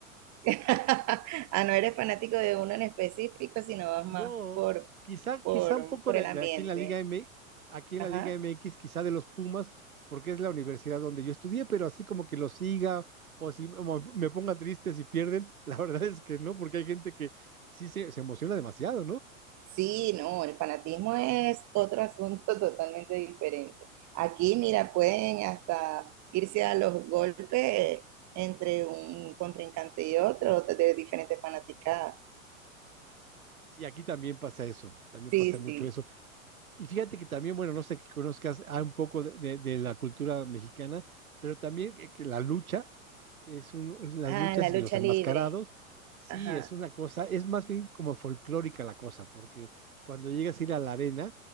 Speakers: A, on the right (about 40°); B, on the right (about 85°).
A: <laughs> Ah, no eres fanático de uno en específico, sino vas más
B: No,
A: por,
B: quizá,
A: por,
B: quizá un poco
A: por
B: de,
A: el ambiente.
B: de aquí en la Liga M, aquí en
A: Ajá.
B: la Liga MX, quizá de los Pumas, porque es la universidad donde yo estudié, pero así como que los siga o si me me ponga triste si pierden, <laughs> la verdad es que no, porque hay gente que sí se, se emociona demasiado, ¿no?
A: Sí, no, el fanatismo es otro asunto <laughs> totalmente diferente. Aquí, mira, pueden hasta irse a los golpes entre un contrincante y otro de diferentes fanaticadas.
B: Sí, aquí también pasa eso, también
A: Sí,
B: pasa mucho
A: sí.
B: eso. Y fíjate que también, bueno, no sé que conozcas ah, un poco de, de- de la cultura mexicana, pero también que, que la lucha, es un, es las
A: Ah,
B: luchas
A: la lucha
B: y los enmascarados,
A: libre.
B: sí,
A: Ajá.
B: es una cosa, es más bien como folclórica la cosa, porque cuando llegas a ir a la arena,